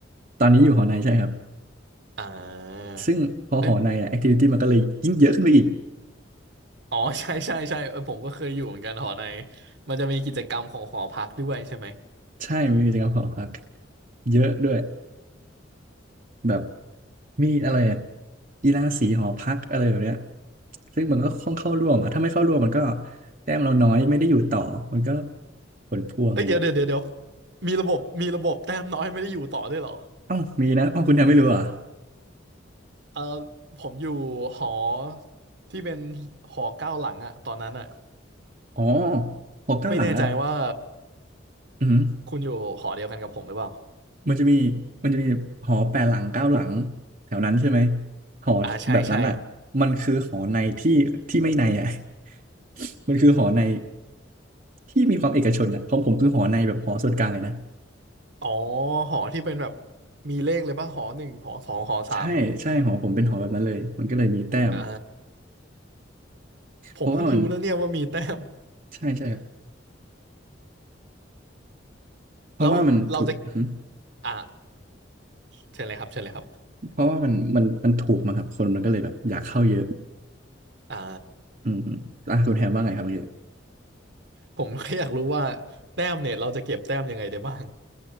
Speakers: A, on the right (about 45°); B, on the right (about 65°).
A: ตอนนี้อยู่หอในใช่ครับ
B: อ่า
A: ซึ่งพอหอในอ่ะแอคทิวิตี้มันก็เลยยิ่งเยอะขึ้นไปอีก
B: เอ้ย อ๋อ <laughs> ใช่ใช่ใช่เออผมก็เคยอยู่เหมือนกันหอในมันจะมีกิจกรรมของหอพักด้วยใช่ไหม
A: ใช่มันมีกิจกรรมหอพักเยอะด้วย แบบมีอะไรอะกีฬาสีหอพักอะไรแบบเนี้ยซึ่งมันก็ค่อนเข้าร่วมอะถ้าไม่เข้าร่วมมันก็แต้มเราน้อยไม่ได้อยู่ต่อมันก็ผลพวงอะไรอย่างเงี้ย
B: เฮ้ยเดี๋ยวเดี๋ยวเดี๋ยวเดี๋ยวมีระบบมีระบบแต้มน้อยไม่ได้อยู่ต่อด้วยเหรอ
A: เอ้ามีนะเอ้าคุณแทนไม่รู้เหรอ่ะ
B: เออผมอยู่หอที่เป็นหอเก้าหลังอะตอนนั้นอะ
A: อ๋อหอเก้าหลังอ่ะ
B: ไม่แน่ใจว่า
A: อืม
B: คุณอยู่หอเดียวกันกับผมหรือเปล่า
A: มันจะมีมันจะมีหอแปดหลังเก้าหลังแถวนั้นใช่ไหมหอแบบนั้นอ่ะมันคือหอในที่ที่ไม่ในอ่ะ
B: อ่าใช่ใช่
A: <laughs> มันคือหอในที่มีความเอกชนอ่ะของผมคือหอในแบบหอส่วนกลางเลยนะ
B: อ๋อหอที่เป็นแบบมีเลขเลยป่ะหอหนึ่งหอสองหอสาม
A: ใช่ใช่หอผมเป็นหอแบบนั้นเลยมันก็เลยมีแต้ม
B: อ่าผมเพิ่งรู้นะเนี่ยว่ามีแต้ม
A: เพราะว่ามันใช่ใช่ครับเพราะว่ามันถูกหึ
B: แล้วเราจะอ่าเชิญเลยครับเชิญเลยครับ
A: เพราะว่ามันมันมันถูกมาครับคนมันก็เลยแบบอยากเข้าเยอะ
B: อ่า
A: อืมอืมอ่ะคุณแฮมว่าไงครับเมื่อกี้
B: ผมแค่อยากรู้ว่าแต้มเนี่ยเราจะเก็บแต้มยังไงได้บ้าง